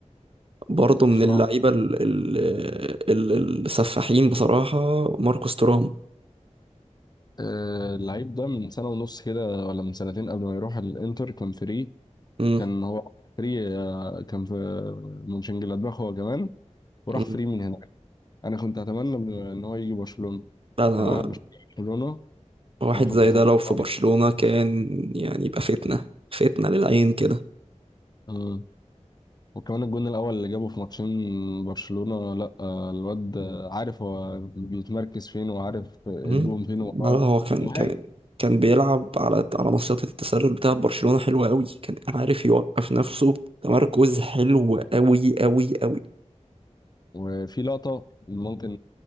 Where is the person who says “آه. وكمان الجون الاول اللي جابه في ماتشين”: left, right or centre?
Left